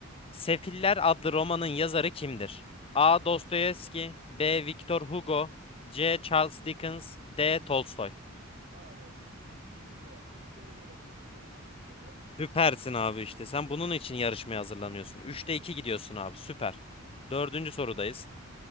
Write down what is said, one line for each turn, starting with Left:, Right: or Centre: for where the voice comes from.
Left: Sefiller adlı romanın yazarı kimdir? A. Dostoyevski, B. Victor Hugo, C. Charles Dickens, D. Tolstoy.
Right: Abi Hugo, Victor Hugo demek istiyorum ben bu soruya.
Left: Süpersin abi işte. Sen bunun için yarışmaya hazırlanıyorsun. Üçte 2 gidiyorsun abi. Süper. Dördüncü sorudayız.